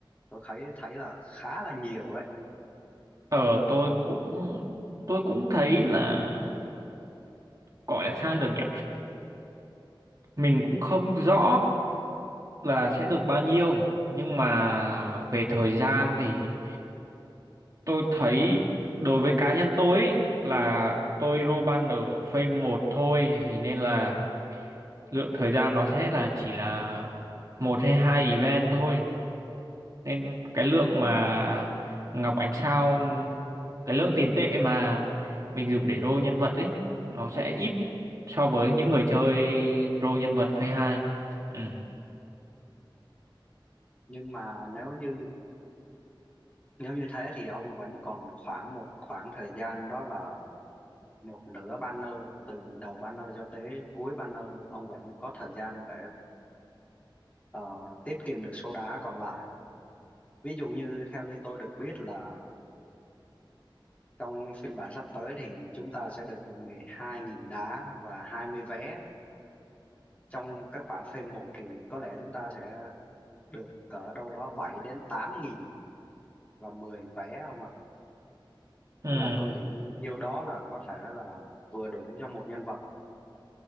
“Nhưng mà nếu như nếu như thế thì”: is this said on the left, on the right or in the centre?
Left